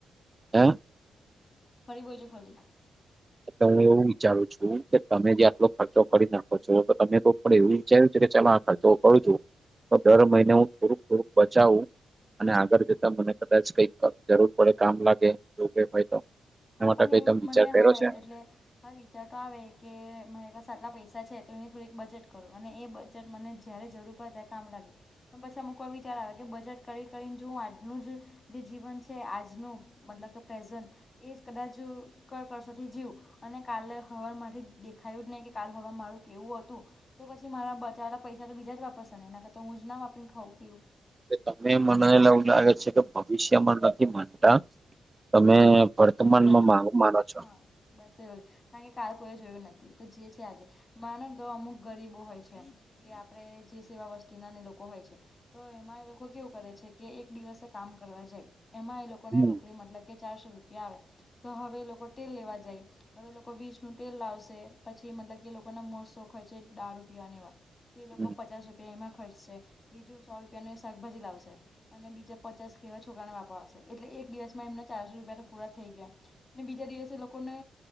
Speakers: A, on the right (about 30°); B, on the left (about 40°).
A: હે?
B: ફરી બોલજો ફલી.
A: એતે હું એવું વિચારું છું કે તમે જે આટલો ખર્ચો કરી નાખો. છો તો તમે કો પડે એવું વિચાર્યું છે કે ચાલો આ ખર્ચો કરું છું. તો દર મહિને હું થોડુંક થોડુંક બચાવું. અને આગળ જતા મને કદાચ કઈક જરૂર પડે કામ લાગે એવું કઈ હોય તો. એના
B: હા
A: માટે
B: પન
A: કઈ
B: એવું
A: તમે વિચાર
B: મને
A: કર્યો
B: હા
A: છે
B: એટલે હા વિચાર તો આવે કે મારી પાસે આટલા પૈસા છે તો એ થોડીક બચત કરું અને એ બચત મને જ્યારે જરૂર પડે ત્યારે કામ લાગે. પણ પછી અમૂકવા વિચાર આવે કે બચત કરી કરીને જો હું આજનું, જ જે જીવન છે આજનું. મતલબ કે પ્રેઝન્ટ, એજ કદાજ કરકષોથી જીવ, અને કાલે હવાર માથી જ દેખાયું જ નઇ કે કાલ હવાર મારું કેવું અત તો, તો પછી મારા બચાવેલા પૈસા તો બીજા જ વાપરશે ને એના કરતા હું જ ના વાપરીન ખાઉ પિવ.
A: કે તમે મનેલ એવું લાગે છે કે ભવિષ્યમાં નથી માનતા તમે વર્તમાનમાં
B: પ્રેઝન્ટ
A: મા માનો છો.
B: હા બસ એવું કારણ કે કાલ કોઈએ જોયું નથી તો જે છે આજે માનો ને તો અમુક ગરીબો હોય છે કે આપડે જે સેવા વસ્તી ના ને લોકો હોય છે. તો એમાં એ લોકો કેવું કરે છે કે એક દિવસે કામ કરવા જાય એમાં એ લોક લોકોને
A: હમ
B: રોકડી મતલબ કે ચારસો રૂપિયા આવે તો હવે એ લોકો તેલ લેવા જાય. હવે એ લોકો વીષ નું તેલ લાવશે પછી મતલબ કે એ લોકોના મોજ શોખ હોય છે દારૂ પીવાને એવા તો એ લોકો
A: હમ
B: પચાસ રૂપિયા એમાં ખર્ચશે બીજું સો રૂપિયાનું એ શાકભાજી લાવશે. અને બીજા પચાસ કે વા છોકરાને વાપરવા આવશે એટલે એક દિવસ માં એમને ચાર સો રૂપિયાતો પૂરા થય ગીયાં અને બીજા દિવસે લોકોને